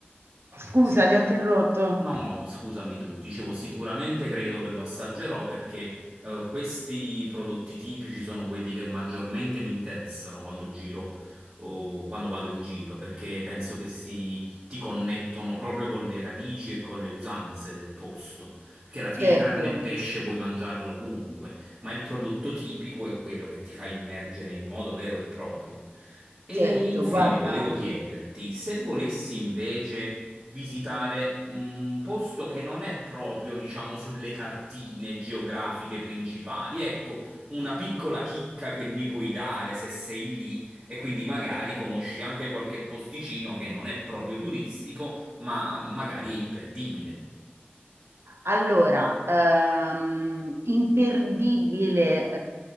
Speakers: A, on the right; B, on the right.
A: Scusa,
B: sì,
A: ti ho interrotto.
B: No, scusami tu, dicevo sicuramente credo che lo assaggerò perché eh, questi prodotti tipici sono quelli che maggiormente mi interessano quando giro o quando vado in giro, perché penso che si ti connettono proprio con le radici e con le usanze del posto, perché alla fine
A: Certo,
B: carne e pesce puoi mangiarlo ovunque, ma il prodotto tipico è quello che ti fa immergere in modo vero e proprio. E
A: certo,
B: infine
A: guarda,
B: volevo chiederti se volessi invece visitare un posto che non è proprio, diciamo, sulle cartine geografiche principali. Ecco, una piccola chicca che mi puoi dare se sei lì e quindi magari conosci anche qualche posticino che non è proprio turistico, ma magari è imperdibile.
A: Allora, ehm, imperdibile,